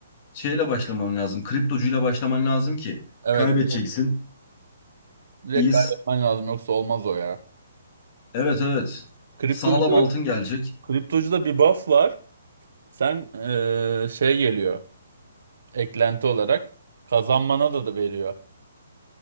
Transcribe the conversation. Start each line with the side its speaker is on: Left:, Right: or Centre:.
Left: şeyle başlaman lazım. Kriptocuyla başlaman lazım ki
Right: Evet
Left: kaybedeceksin.
Right: evet. direkt
Left: İyis.
Right: kaybetmen lazım yoksa olmaz o ya.
Left: Evet evet.
Right: Kriptocuda,
Left: Sağlam altın gelecek.
Right: kriptocuda bir buff var. Sen e, şey geliyor eklenti olarak kazanmana da da veriyor.